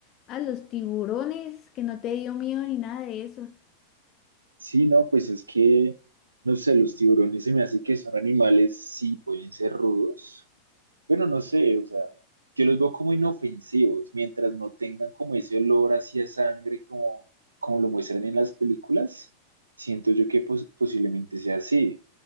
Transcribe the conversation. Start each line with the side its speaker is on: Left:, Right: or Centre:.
Left: a los tiburones, que no te dio miedo ni nada de eso.
Right: Sí, no, pues es que, no sé, los tiburones se me hace que son animales, sí, pueden ser rudos, Bueno, no sé, o sea, yo los veo como inofensivos, mientras no tengan como ese olor hacia sangre como, como lo muestran en las películas, siento yo que pos- posiblemente sea así,